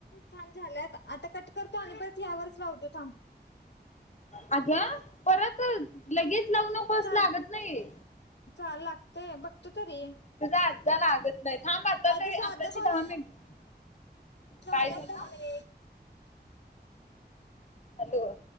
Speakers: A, on the left; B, on the left.
A: थांब झाल्यात आता कट करतो आणि परच यावरच लावतो थांब
B: अगं परत लगेच लावू नकोस
A: चाल
B: लागत नाही
A: चाल लागतेय बघतो तरी
B: तुझा अज झाला लागत नाही थांब आता
A: नाही
B: तरी
A: तर साधा
B: आताची
A: कॉल
B: दहा मिनट
A: झाल्यात
B: काय झालं
A: दहा मिनिट
B: अध